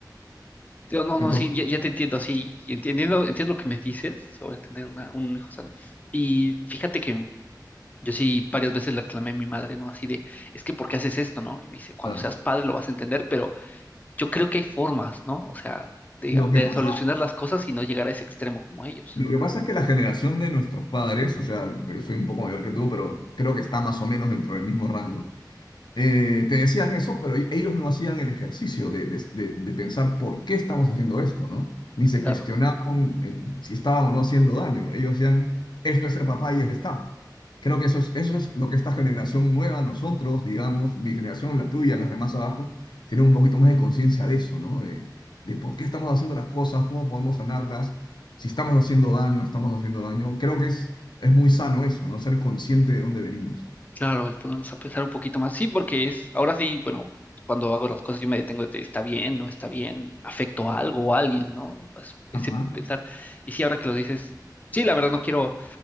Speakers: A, on the left; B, on the left.
A: Yo, no,
B: Entonces,
A: no, sí, ya, ya te entiendo, sí, entiendo, entiendo lo que me dices sobre tener una, un hijo sano. Y fíjate que Yo sí varias veces le reclamé a mi madre, ¿no? Así de, es que ¿por qué haces esto, no? Y me dice, cuando
B: claro,
A: seas padre lo vas a entender, pero yo creo que hay formas, ¿no? O sea, de,
B: lo que
A: de
B: pasa,
A: solucionar las cosas y no llegar a ese extremo como ellos.
B: lo que pasa es que la generación de nuestros padres, o sea, yo soy un poco mayor que tú, pero creo que está más o menos dentro del mismo rango. eh, te decían eso, pero e- ellos no hacían el ejercicio de, de- de- de pensar por qué estamos haciendo esto, ¿no? Ni se
A: Claro,
B: cuestionaban eh, si estaban o no haciendo daño. Ellos decían, esto es ser papá y ya está. Creo que eso es, eso es lo que esta generación nueva, nosotros, digamos, mi generación, la tuya, las demás abajo, tienen un poquito más de conciencia de eso, ¿no? De, de por qué estamos haciendo las cosas, cómo podemos sanarlas, si estamos haciendo daño, no estamos haciendo daño. Creo que es, es muy sano eso, ¿no? Ser consciente de dónde venimos.
A: claro, el ponernos a pensar un poquito más. Sí, porque es, ahora sí, bueno, cuando hago las cosas yo me detengo de, está bien, no está bien, afecto a algo o a alguien, ¿no? Es- ese
B: Ajá.
A: pensar. Y sí, ahora que lo dices, sí, la verdad no quiero,